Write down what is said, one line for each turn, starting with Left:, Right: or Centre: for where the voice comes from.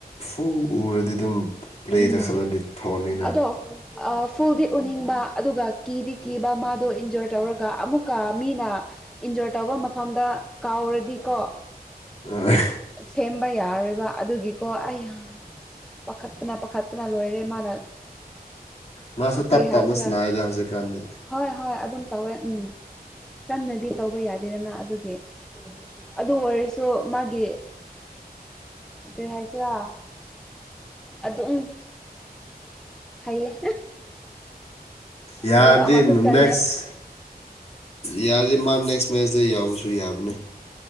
Left: ꯎꯕꯨ ꯎꯔꯗꯤ ꯑꯗꯨꯝ ꯄ꯭ꯂꯦꯗ
Centre: ꯎꯝ
Left: ꯈꯔꯗꯤ ꯊꯣꯛꯑꯅꯤꯅ
Centre: ꯑꯗꯣ ꯑ ꯐꯨꯜꯗꯤ ꯎꯅꯤꯡꯕ ꯑꯗꯨꯒ ꯀꯤꯗꯤ ꯀꯤꯕ ꯃꯥꯗꯣ ꯏꯟꯖꯣꯔ ꯇꯧꯔꯒ ꯑꯃꯨꯛꯀ ꯃꯤꯅ ꯏꯟꯖꯣꯔ ꯇꯧꯕ ꯇꯩꯕ ꯃꯐꯝꯗ ꯀꯥꯎꯔꯗꯤꯀꯣ
Left: ꯑ
Centre: ꯁꯦꯝꯕ ꯌꯥꯔꯣꯏꯕ ꯑꯗꯨꯒꯤꯀꯣ ꯑꯩ ꯌꯥꯝ ꯄꯥꯈꯠ ꯅ ꯄꯥꯈꯠꯄꯅ ꯂꯣꯏꯔꯦ ꯃꯥꯅ
Left: ꯃꯥꯁꯨ ꯇꯞ
Centre: ꯀꯔꯤ
Left: ꯇꯞꯅ
Centre: ꯍꯥꯏꯁꯤꯔꯥ
Left: ꯁꯥꯟꯅꯩꯗ ꯍꯧꯖꯤꯛꯀꯥꯟꯗꯤ
Centre: ꯍꯣꯏ ꯍꯣꯏ ꯑꯗꯨꯝ ꯇꯧꯋꯦ ꯎꯝ ꯀꯟꯅꯗꯤ ꯇꯧꯕ ꯌꯥꯗꯦꯗꯅ ꯑꯗꯨꯒꯤ ꯑꯗꯨ ꯑꯣꯏꯔꯁꯨ ꯃꯥꯒꯤ ꯀꯔꯤ ꯍꯥꯏꯁꯤꯔꯥ ꯑꯗꯨꯝ ꯍꯩꯌꯦ
Left: ꯌꯥꯔꯗꯤ
Centre: ꯒꯣꯜ ꯑꯃꯁꯨ ꯆꯜꯂꯦ
Left: ꯅꯦꯛꯁ ꯌꯥꯔꯗꯤ ꯃꯥ ꯅꯦꯛꯁ ꯃꯦꯆ ꯁꯦ ꯌꯥꯎꯕꯁꯨ ꯌꯥꯕꯅꯦ